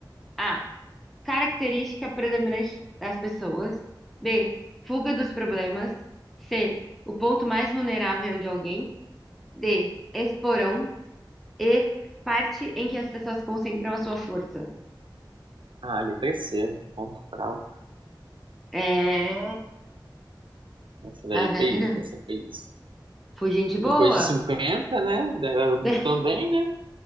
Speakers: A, in the centre; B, on the right.
A: A. Característica predominante das pessoas. B. Fuga dos problemas. C. O ponto mais vulnerável de alguém. D. Esporão. e parte em que as pessoas concentram a sua força.
B: Ah, letra C, ponto fraco.
A: É,
B: Essa
A: tá
B: daí
A: vendo?
B: foi isso, essa foi isso.
A: Fui gente
B: Depois
A: boa.
B: de cinquenta né? da-
A: De-
B: Também, né?